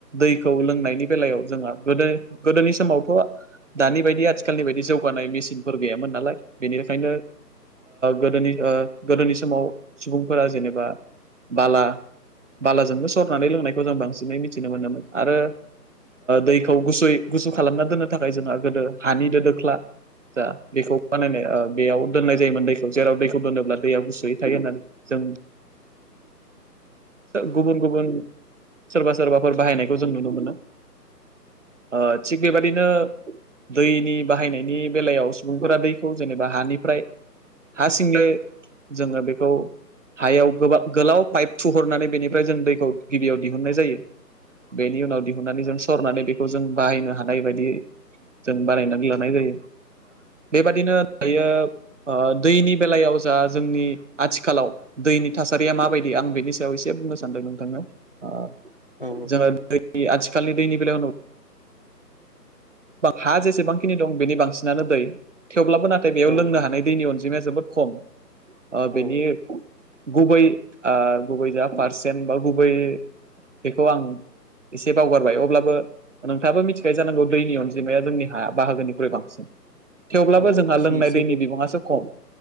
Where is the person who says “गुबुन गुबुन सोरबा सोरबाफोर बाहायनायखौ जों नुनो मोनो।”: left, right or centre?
Right